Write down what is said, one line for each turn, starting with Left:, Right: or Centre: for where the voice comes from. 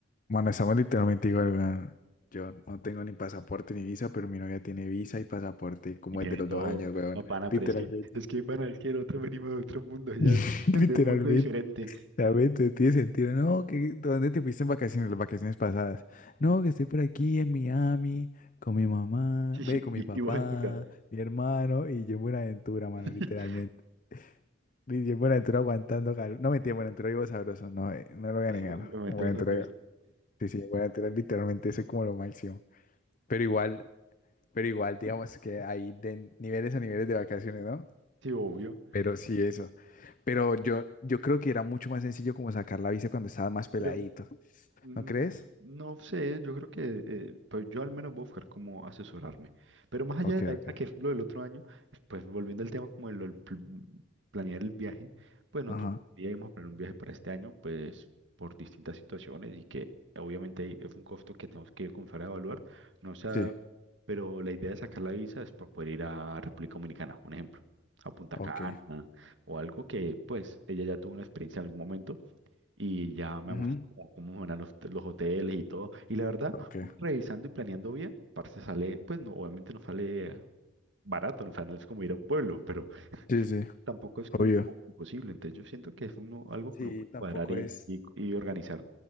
Left: Bueno, estamos literalmente igual, weón. Yo no tengo ni pasaporte ni visa, pero mi novia tiene visa y pasaporte, como
Right: Y tiene
Left: es de los
Right: todo,
Left: dos años, weón.
Right: no, pana,
Left: Literalmente.
Right: pero es que, es que, pana, es que nosotros venimos de otro mundo, ya
Left: <laughs>
Right: es <laughs>
Left: Literalmente.
Right: de un mundo diferente.
Left: Ya ve, te- tiene sentido. No, que ¿dónde te fuiste en vacaciones, las vacaciones pasadas? No,
Right: <laughs>
Left: que estoy por aquí en Miami con mi mamá,
Right: Y,
Left: ve, con
Right: y,
Left: mi papá,
Right: y vos en tu ca-
Left: mi hermano y yo en Buenaventura, mano,
Right: <laughs>
Left: literalmente. Y yo en Buenaventura aguantando calor. No mentira, en Buenaventura vivo sabroso, no, eh, no lo voy
Right: y
Left: a negar.
Right: sí, en Ventura
Left: En Buenaventura,
Right: con Dios.
Left: sí, sí, en Buenaventura literalmente eso es como lo máximo. Pero igual, pero igual, digamos que hay de niveles a niveles de vacaciones, ¿no?
Right: Sí, obvio,
Left: Pero sí, eso. Pero yo, yo creo que era mucho más sencillo como sacar la visa cuando estaba más peladito.
Right: pero, Mm,
Left: ¿No crees?
Right: No sé, yo creo que eh, pues yo al menos voy a buscar cómo asesorarme. Pero más
Left: Ok,
Right: allá de la isla,
Left: ok.
Right: que es lo del otro año, pues volviendo al tema como de lo del pl- planear el viaje, pues nosotros
Left: Ajá.
Right: íbamos a planear un viaje para este año, pues por distintas situaciones y que obviamente es un costo que tenemos que comenzar a evaluar. No sea,
Left: Sí,
Right: pero la idea de sacar la visa es para poder ir a República Dominicana, un ejemplo, a Punta
Left: ok.
Right: Cana o algo que pues ella ya tuvo una experiencia en algún momento y ya me
Left: Ujú.
Right: gustó como cómo eran los, los hoteles y todo. Y la verdad,
Left: Ok.
Right: uno revisando y planeando bien, parce sale, pues no, obviamente no sale barato, no, o sea, no es como ir a un pueblo, pero
Left: Sí, sí,
Right: tampoco es que
Left: obvio.
Right: un oh, imposible. Entonces yo siento que es uno, algo
Left: Sí,
Right: que uno puede
Left: tampoco
Right: cuadrar y,
Left: es,
Right: y, y organizar.